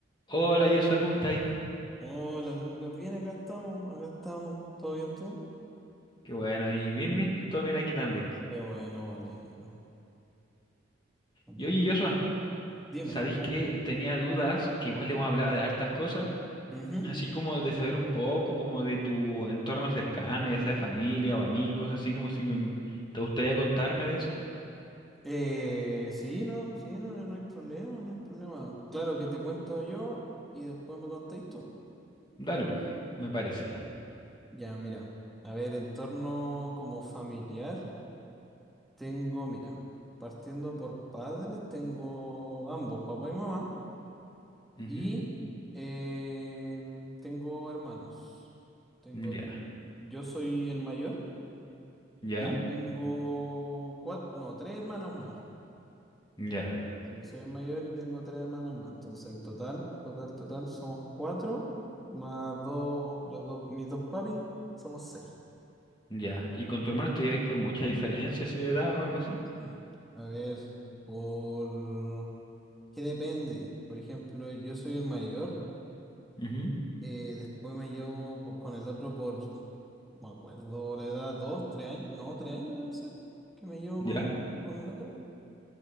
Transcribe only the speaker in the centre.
Hola Lucas, bien, acá estamos, acá estamos. ¿Todo bien tú?
Qué bueno, me alegro. me alegro.
Dime.
Ujú.
Eh, sí, no, sí, no, no hay problema, no hay problema. Claro que te cuento yo y después me contáis tú.
Ya. Ya, mira. A ver, entorno como familiar, tengo, mira, partiendo por padres, tengo ambos, papá y mamá,
y em, tengo hermanos. Tengo,
yo soy el mayor.
Y tengo cuatro, no, tres hermanos más.
Sí, yo soy el mayor y tengo tres hermanos más. Entonces, en total, total, total, somos cuatro, más dos, los dos, mis dos papis, somos seis.
<clears throat> Mm. A ver, por... ¿Qué depende? Por ejemplo, yo soy el mayor,
eh, después me llevo po- con el otro por, no me acuerdo, la edad, dos, tres años, no, tres años debe ser, que me llevo
con, con el otro.